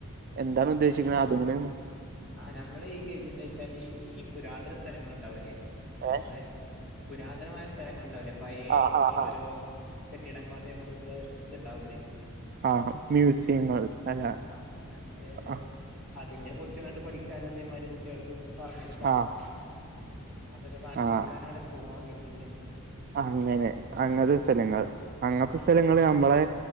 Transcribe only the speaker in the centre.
നമ്മൾ
ആ നമ്മള് ഈ കരുതുന്നെ വെച്ചാല് ഈ പുരാതന സ്ഥലങ്ങള് ഉണ്ടാവൂല്ലേ നമ്മളെ
പുരാതനമായ സ്ഥലങ്ങള് ഉണ്ടാവൂലെ പയേ
ഈ
ഓരോ കെട്ടിടങ്ങളും അതേകാലത്ത് ഇത്ണ്ടാവൂലെ
ആഹ് ഞങ്ങള്
അതിനെ കുറിച്ച്കാണ്ട് പഠിക്കാനും അതേമാതിരി കുട്ടികൾക്ക് പറഞ്ഞ് കൊടുക്കാനും
അതൊക്കെ കാണിച്ച്
കൊടുക്കാനാണ് പോവാൻ കരുതിക്ക്ന്നെ